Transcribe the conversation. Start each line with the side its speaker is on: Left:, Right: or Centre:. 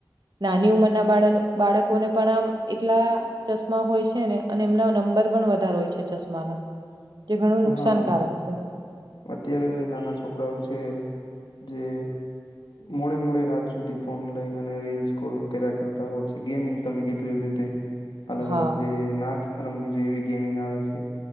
Right: નાની ઉંમરના બાડ બાળકોને પણ આમ એટલા ચશ્મા હોય છે ને અને એમના નં નંબર પણ વધારે હોય છે ચશ્માનો જે ઘણું નુકસાનકારક
Left: હા
Right: છે.
Left: અત્યારે નાના છોકરાઓ છે જે મોડે મોડે રાત સુધી ફોન લઈને અને રીલ્સ કોલ કર્યા કરતા હોય છે ગેમિંગ તમે કીધું એ રીતે અલગ
Right: હા,
Left: અલગ જે નાક રમવી જોઈએ એવી ગેમિંગ આવે છે.